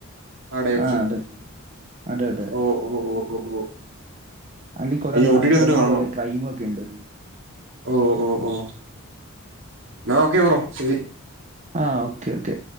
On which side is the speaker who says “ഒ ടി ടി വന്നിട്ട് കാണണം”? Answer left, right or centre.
Right